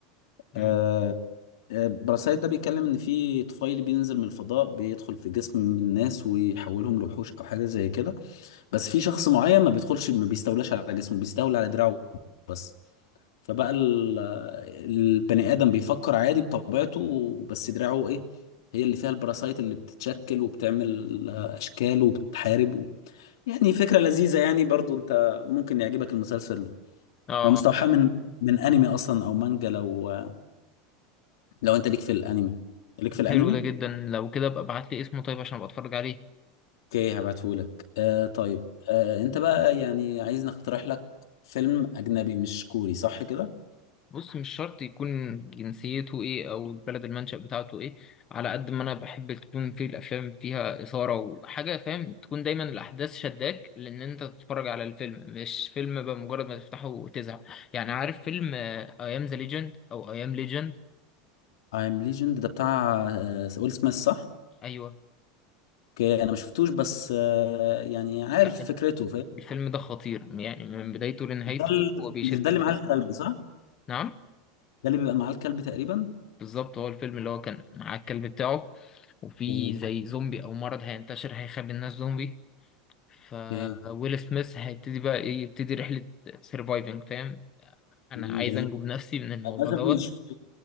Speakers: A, on the left (about 25°); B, on the left (about 85°).
A: مم.
B: آه، براسايت ده بيتكلم ان في طفيلي بينزل من الفضاء بيدخل في جسم الناس ويحولهم لوحوش او حاجه زي كده بس في شخص معين ما بيدخلش ما بيستولاش على جسمه بيستولى على دراعه بس فبقى ال- البني ادم بيفكر عادي بطبيعته بس دراعه ايه هي اللي فيها البراسايت اللي بتتشكل وبتعمل آه، اشكال وبتحارب و... يعني فكره لذيذه يعني برضو انت ممكن يعجبك المسلسل ده
A: اه
B: هو مستوحى من من انمي اصلا او مانجا لو لو انت ليك في الانمي ليك في الانمي
A: حلو ده جدا لو كده ابقى ابعت لي اسمه طيب عشان ابقى اتفرج عليه
B: اوكي هبعتهولك آه طيب آه انت بقى يعني عايز نقترح لك فيلم اجنبي مش كوري صح كده
A: بص مش شرط يكون جنسيته ايه او البلد المنشأ بتاعته ايه على قد ما انا بحب تكون في الافلام فيها اثاره وحاجه فاهم تكون دايما الاحداث شداك لان انت تتفرج على الفيلم مش فيلم بقى مجرد ما تفتحه وتزهق يعني عارف فيلم اي ام ذا ليجند او اي ام ليجند
B: I'm Legend ده بتاع آه ويل سميث صح
A: ايوه
B: اوكي انا ما شفتوش بس آه يعني عارف
A: لا
B: فكرته فاهم
A: الفيلم ده خطير يعني من بدايته لنهايته
B: مش ده ال-
A: هو بيشدك
B: مش ده اللي معاه
A: بس
B: الكلب صح
A: نعم
B: ده اللي بيبقى معاه الكلب تقريبا
A: بالظبط هو الفيلم اللي هو كان مع الكلب بتاعه وفي
B: اوكي
A: زي زومبي او مرض هينتشر هيخلي الناس زومبي ف
B: اوكي
A: ويل سميث هيبتدي بقى ايه يبتدي رحلة سيرفايفنج فاهم انا
B: مم،
A: عايز
B: جميل
A: انجو بنفسي من الموضوع
B: للاسف
A: دوت
B: ما شفتوش